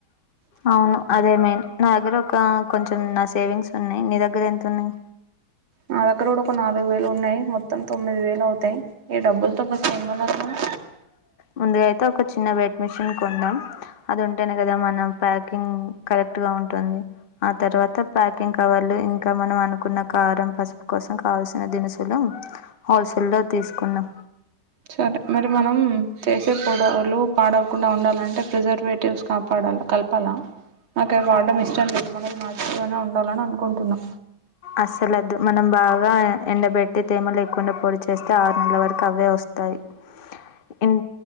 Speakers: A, on the left; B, on the right.
A: అవును అదే మెయిన్ నాదగ్గర ఒక కొంచెం నా సేవింగ్స్ ఉన్నాయి నీ దగ్గర ఎంతున్నాయి
B: నా దగ్గర కూడా ఒక నాలుగు వేలు ఉన్నాయి మొత్తం తొమ్మిది వేలు అవుతాయి ఈ డబ్బులతో ఫస్ట్ ఎం కొనాలి మనం
A: ముందుగా అయితే ఒక చిన్న వెయిట్ మిషిన్ కొందాం అది ఉంటేనే కదా మనం ప్యాకింగ్ కరెక్టుగా ఉంటుంది ఆ తర్వాత ప్యాకింగ్ కవర్లు ఇంకా మనం అనుకున్న కారం పసుపు కోసం కావల్సిన దినుసులు హోల్సేల్ లో తీసుకుందాం
B: సరే మరి మనం చేసే పొడలు పాడవకుండా ఉండాలంటే ప్రిజర్వేటివ్స్ కాపాడాల కలపాలా నాకవి వాడం ఇష్టం లేదు మనది నార్చురల్ గానే ఉండాలని అనుకుంటున్నా
A: అస్సలోదు మనం బాగా ఎండబెట్టి తేమలేకుండా పొడి చేస్తే ఆరు నెలల వరకు అవే వస్తాయి ఇన్